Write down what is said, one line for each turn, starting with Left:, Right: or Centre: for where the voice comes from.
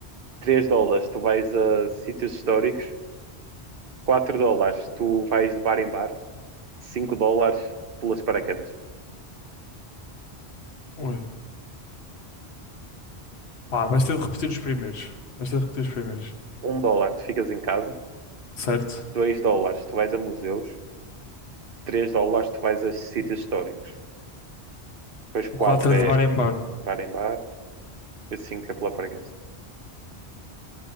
Right: três dólares, tu vais a sítios históricos. 4 dólares tu vais de bar em bar, 5 dólares tu pulas de paraquedas,
Left: Ui. Pá, vais ter de repetir os primeiros. Vais ter de repetir os primeiros.
Right: Um dólar tu ficas em casa,
Left: Certo?
Right: Dois dólares tu vais a museus, Três dólares tu vais a sítios históricos, depois 4
Left: O quatro é
Right: é
Left: de bar em bar.
Right: bar em bar e 5 é pular paraquedas.